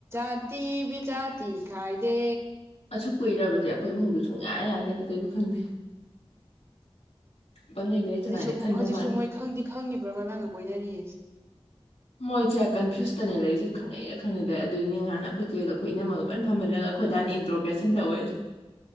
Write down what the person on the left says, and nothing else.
ꯑꯁꯨꯛ ꯀꯨꯏꯔꯕꯁꯦ ꯑꯩꯈꯣꯏ ꯏꯃꯨꯡꯗ ꯁꯨꯡꯌꯥ ꯌꯥꯗꯦ ꯀꯗꯣꯏꯕ ꯈꯪꯗꯦ ꯄꯪꯂꯩ ꯂꯩꯔ ꯁꯅꯥꯏꯅ
ꯈꯟꯗ
ꯃꯥꯜꯂꯦ
ꯃꯣꯏꯁꯦ ꯀꯟꯐ꯭ꯌꯨꯁꯇꯅꯦ ꯂꯩꯔꯤꯁꯦ ꯈꯪꯅꯩꯔꯥ ꯈꯪꯅꯩꯗꯦ ꯑꯗꯨꯏꯅꯤ ꯉꯍꯥꯟ ꯑꯩꯈꯣꯏꯆꯦꯒ ꯑꯩꯈꯣꯏ ꯏꯅꯝꯃꯒ ꯄꯨꯟꯅ ꯐꯝꯍꯜꯂꯒ ꯑꯩꯈꯣꯏꯗꯥꯅ ꯏꯟꯇ꯭ꯔꯣꯄ꯭ꯔꯦꯁꯟ ꯇꯧꯋꯏ